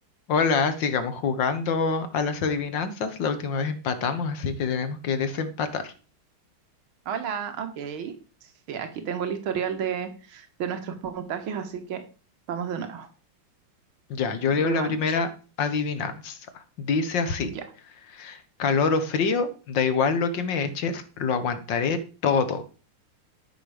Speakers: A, on the left; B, on the right.
A: Hola, sigamos jugando a las adivinanzas. La última vez empatamos, así que tenemos que desempatar.
B: Hola, ok. Sí, aquí tengo el historial de, de nuestros puntajes, así que vamos de nuevo.
A: Ya, yo leo
B: Revancha.
A: la primera adivinanza. Dice así,
B: Ya.
A: calor o frío, da igual lo que me eches, lo aguantaré todo.